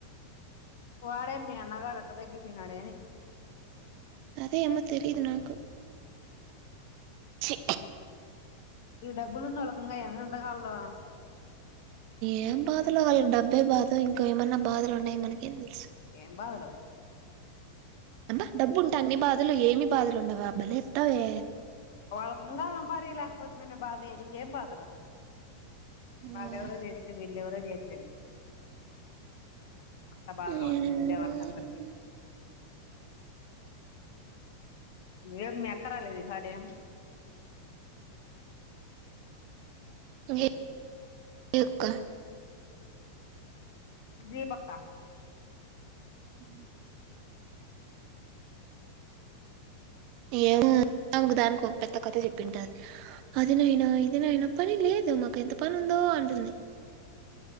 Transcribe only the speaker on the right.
అదే అమ్మ తెలీదు నాకు ఛీ
ఏం బాధలో వాళ్ళకి డబ్బే బాధ ఇంకో ఏమన్నా బాధలు ఉన్నాయి మనకేం తెలుసు
అబ్బా డబ్బు ఉంటే అన్ని బాధలు ఏమి బాధలు ఉండవా బలే చెప్తావే
మ్మ్
మ్మ్
అ <unintelligible> చయకా <unintelligible>
ఉ ఏమో అంకు దానికి ఒక పెద్ద కథ చెప్పింటది అదినైనా ఇది నాైనా పని లేదు మాకు గెంత పని ఉందో అంటుంది